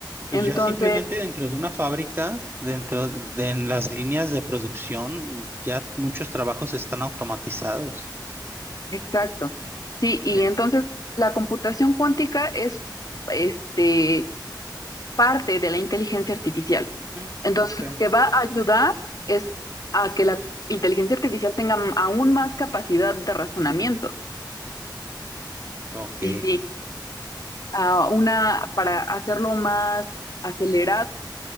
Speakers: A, on the right; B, on the left.
A: Pues
B: Entonces,
A: ya simplemente dentro de una fábrica, dentro de en las líneas de producción, ya muchos trabajos están automatizados.
B: exacto. Sí, y
A: Sí.
B: entonces la computación cuántica es este parte de la inteligencia artificial.
A: Ujú,
B: Entonces,
A: Ok.
B: lo que va a ayudar es a que la inteligencia artificial tenga m- aún más capacidad de razonamiento.
A: Ok.
B: Sí, sí. a una, para hacerlo más acelerado